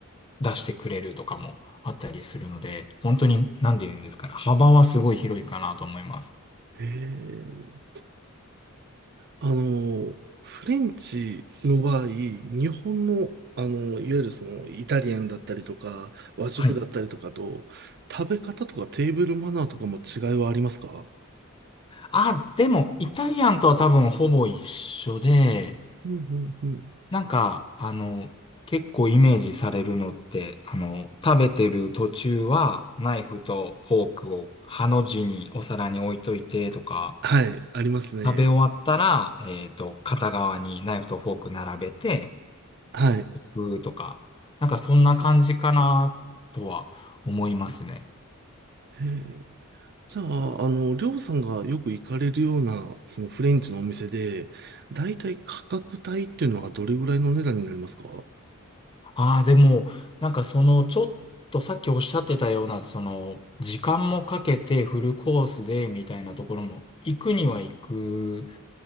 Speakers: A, on the left; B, on the right.
A: 出してくれるとかもあったりするので、本当に、なんて言うんですかね、幅はすごい広いかなと思います。
B: えーあの、フレンチの場合、日本の、あの、いわゆるそのイタリアンだったりとか、和食だったりとかと、
A: はい。
B: 食べ方とかテーブルマナーとかも違いはありますか
A: あ、でも、イタリアンとは多分ほぼ一緒で、
B: うんうんうん。
A: なんか、あの、結構イメージされるのって、あの、食べてる途中は、ナイフとフォークをハの字にお皿に置いといてとか、
B: はい、ありますね。
A: 食べ終わったら、えっと、片側にナイフとフォーク並べて、
B: はい。へ
A: うーとか、なんかそんな感じかな、とは思いますね。
B: えじゃあ、あの、りょうさんがよく行かれるような、そのフレンチのお店で、だいたい価格帯っていうのはどれぐらいの値段になりますか
A: ああ、でも、なんかその、ちょっとさっきおっしゃってたような、その、時間もかけてフルコースで、みたいなところも、行くには行く、